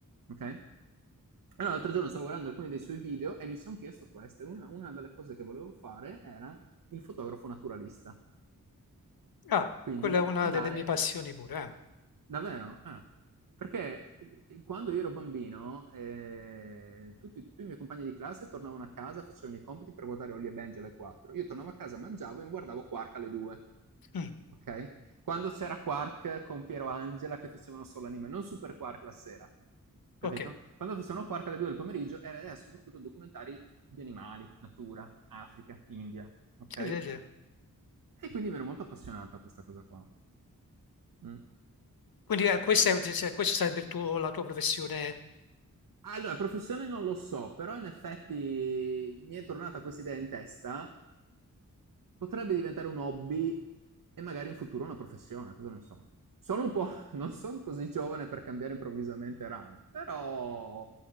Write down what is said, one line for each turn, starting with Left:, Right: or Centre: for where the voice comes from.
Right: ok? Allora, l'altro giorno stavo guardando alcuni dei suoi video e mi sono chiesto questo. e Una, una delle cose che volevo fare era il fotografo naturalista.
Left: Ah,
Right: Quindi
Left: quella è una
Right: andare
Left: delle mie passioni pure.
Right: davvero. ah. Perché eh, quando io ero bambino, eh, tutti, tutti i miei compagni di classe tornavano a casa, facevano i compiti per guardare Holly e Benji alle 4. Io tornavo a casa, mangiavo e mi guardavo Quark alle 2.
Left: eh. Mm,
Right: Okay? Quando c'era Quark con Piero Angela che facevano solo anime, non Super Quark la sera, capito?
Left: ok,
Right: Quando facevano Quark alle 2 del pomeriggio era era soprattutto documentari di animali, natura, Africa, India, ok?
Left: sì,
Right: E
Left: sì, sì.
Right: quindi mi ero molto appassionato a questa cosa qua. Mm.
Left: Quindi eh, questa, è- se- questo sarebbe il tuo- la tua professione
Right: Allora, professione non lo so, però in effetti mi è tornata questa idea in testa. Potrebbe diventare un hobby e magari in futuro una professione, cosa ne so. Sono un po', <laughs> non sono così giovane per cambiare improvvisamente ramo, però